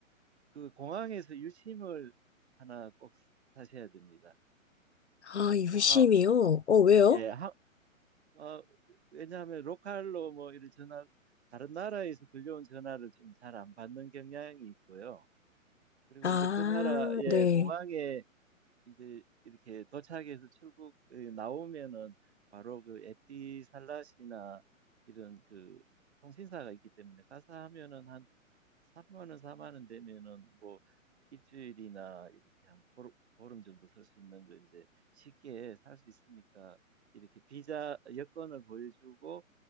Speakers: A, on the right; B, on the left.
A: 그 공항에서 유심을 하나 꼭 사셔야 됩니다.
B: 아, 유심이요?
A: 아,
B: 어, 왜요?
A: 예, 어, 왜냐하면 로컬로 뭐 이런 전화, 다른 나라에서 들려온 전화를 좀 잘 안 받는 경향이 있고요. 그리고
B: 아,
A: 이제 그 나라의
B: 네.
A: 공항에 이제 이렇게 도착해서 출국, 에, 나오면은 바로 그 에티살랏이나 이런 그 통신사가 있기 때문에 가서 하면은 3만 원, 4만 원 되면은 뭐 일주일이나 이렇게 한 보름, 보름 정도 살 수 있는 거 이제 쉽게 살 수 있으니까 이렇게 비자 여권을 보여주고